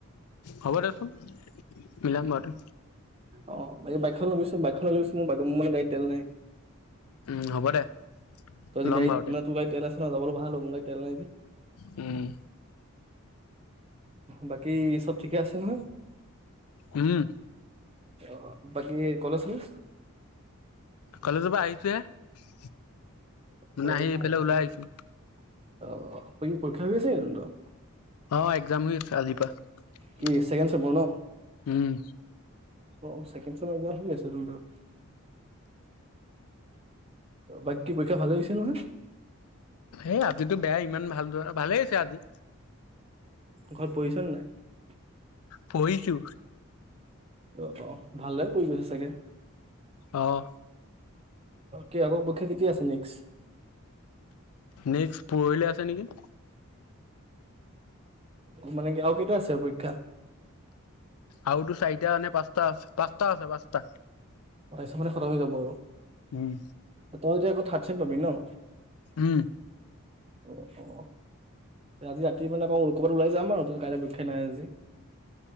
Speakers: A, on the left; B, on the right.
A: হ'ব দেচোন মিলাম বাৰু দে
B: অ ব বাইকখন লবিছো বাইকখন লৈ আহিছো। মোৰ মোৰ মানে গাড়ী তেল নাই।
A: উম হ'ব দে।
B: তই যদি
A: ল'ম
B: গাড়ীত
A: বাৰু দে
B: না তুৰ গাড়ীত তেল আছে। তাৰ যাবলো ভাল হ'ব। মোৰ গাড়ীত তেল নাই যে।
A: উম।
B: বাকী চব। ঠিকে আছে নহয়?
A: উম।
B: অ বাকি কলেজ চলেজ।
A: কলেজৰ পৰা আহিছোহে। মানে
B: কলেজৰ
A: আহি
B: পৰা
A: এইফালে
B: আহিছ।
A: ওলাই
B: অ
A: আহিছো
B: পৰীক্ষা হৈ আছে নেকি তহঁতৰ?
A: অ একজাম হৈ আছে আজিৰ পৰা।
B: কি ছেকেণ্ড চ্বপৰ ন?
A: উম।
B: অ চেকেণ্ড চেমৰ একজাম হৈ আছে তহঁতৰ? বাকী পৰীক্ষা ভালে গৈছে নহয়?
A: এ আজিতো বেয়া ইমান ভাল ধৰা। ভালেই হৈছে আজি।
B: ঘৰত। পঢ়িচ নাই? অ,
A: পঢ়িছো
B: অ। ভালদৰে পঢ়ি গৈছে চাগে।
A: অহ।
B: কি আকৌ পৰীক্ষা কেতিয়া আছে নেক্স।
A: নেক্স পৰহিলে আছে। আছে নেকি?
B: মানে কি আৰু কেইটা আছে পৰীক্ষা?
A: আৰুতো চাৰিটা নে পাঁচটা। টা আ পাঁচটা আছে পাঁচটা।
B: তাৰমানে খতম হৈ যাব আৰু।
A: উম
B: তই য ক। থাৰ্ত ছেম পাবি ন।
A: উম।
B: অ অ আজি ৰাতি মানে আ ক'বাত ওলাই যাম আৰু ত কাইলৈ পৰীক্ষা নাই আজি।